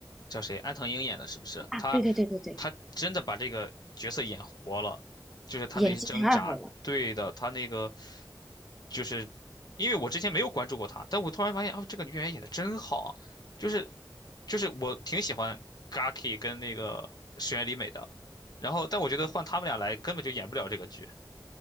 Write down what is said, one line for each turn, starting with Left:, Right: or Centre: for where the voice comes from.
Left: 叫谁，安藤樱演的，是不是？
Centre: 啊，
Left: 他
Centre: 对对对对对，
Left: 他真的把这个角色演活了，就是他那些挣扎，
Centre: 演技太好了。
Left: 对的，他那个就是因为我之前没有关注过他，但我突然发现哦，这个女演员演的真好啊，就是就是我挺喜欢 Gaki 跟那个石原里美的，然后但我觉得换他们俩来根本就演不了这个剧，